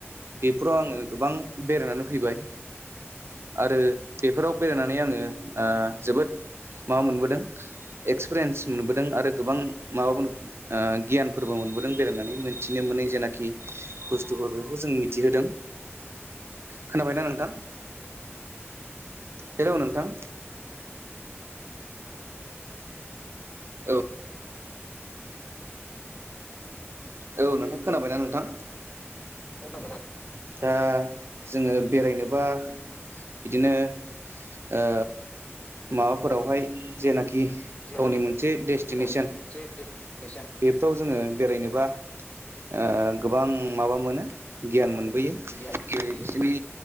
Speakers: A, on the right (about 60°); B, on the left (about 30°).
A: बेफोराव आङो गोबां बेरायनानै फैबाय। आरो बेफोराव बेरायनानै आङो ओ जोबोद माबा मोनबोदों एक्स पिरियेन्स मोनबोदों आरो गोबां माबा ओन गियान फोरबो मोन मोनबोदों बेरायनानै मोनथिनो मोनै जेनाखि बुसथु फोर बेखौ जों मिथिहोदों। खोनाबायना नोंथा? हेल' नोंथां। औ। औ नोंथां खोना बायनाा नोंथां?
B: थाबाय
A: दा जोङो बेरायनो बा बिदिनो ओ माबाफोराव हाय जेनाखि
B: जेनाखि
A: गावनि मोनसे डेस्टि
B: गावनि
A: नेसन
B: मोनसे डेस्टिनेसन
A: बेफोराव जोङो बेराय नोबा ओ गोबां माबा मोनो गियान मोनो। फयो
B: गियान
A: जेरै
B: होयो
A: बिसोरनि